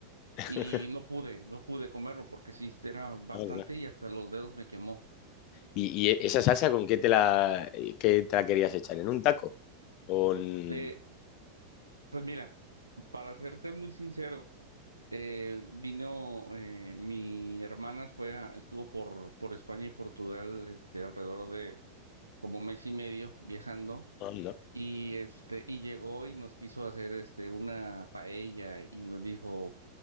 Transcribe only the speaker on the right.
y no pude, no pude comerlo porque sí era bastante
y hasta los dedos me quemó.
Eh, pues mira, para serte muy sincero, eh, vino eh, mi hermana fue a- estuvo por por España y Portugal, este, alrededor de como mes y medio viajando
y este y llegó y nos quiso hacer este una paella y nos dijo,